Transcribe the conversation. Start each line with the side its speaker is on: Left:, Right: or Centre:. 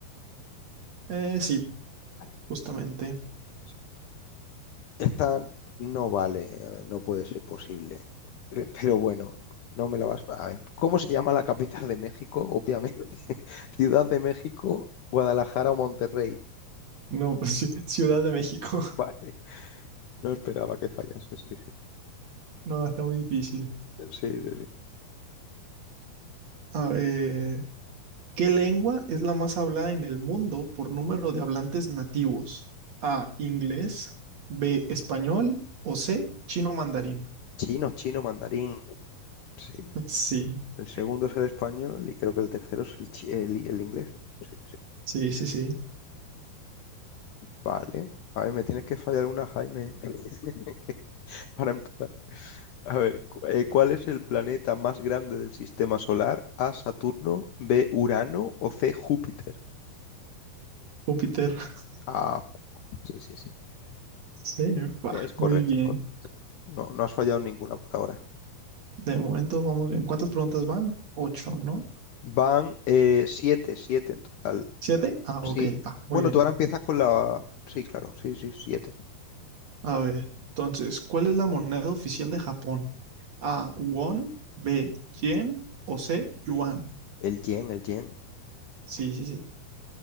Right: Eh, sí,
Left: Vale, vale,
Right: justamente.
Left: sí. Esta no vale, eh, no puede ser posible. Eh, Pero bueno, no me la vas a ver. ¿Cómo se llama la capital de México? Obviamente. <laughs> Ciudad de México, Guadalajara o Monterrey.
Right: No, <laughs> pues, Ciudad de México.
Left: <laughs> Vale. No esperaba que fallase. Sí, sí.
Right: No, está muy difícil.
Left: Sí, sí, sí.
Right: A ver, ¿qué lengua es la más hablada en el mundo por número de hablantes nativos? A, inglés, B, español o C, chino mandarín.
Left: Chino, chino, mandarín. Sí.
Right: <laughs>
Left: El segundo es el español y creo que el tercero es el, chi- el, el inglés. Sí, sí.
Right: Sí, sí, sí, sí.
Left: Vale. A ver, me tienes que fallar una, Jaime, <laughs> para empatar. A ver, cu- eh, ¿cuál es el planeta más grande del sistema solar? A, Saturno, B, Urano o C, Júpiter.
Right: Júpiter. <laughs>
Left: Ah, jo- sí, sí, sí.
Right: Sí, va,
Left: Es correcto,
Right: muy bien.
Left: es correcto. No, no has fallado ninguna por ahora.
Right: De momento vamos bien. ¿Cuántas preguntas van? Ocho, ¿no?
Left: Van eh, siete, siete en total.
Right: ¿Siete? Ah,
Left: Sí.
Right: ok, va, muy
Left: Bueno,
Right: bien.
Left: tú ahora empiezas con la... Sí, claro, sí, sí, siete.
Right: A ver, entonces, ¿cuál es la moneda oficial de Japón? A, won, B, yen o C, yuan.
Left: El yen, el yen.
Right: Sí, sí, sí.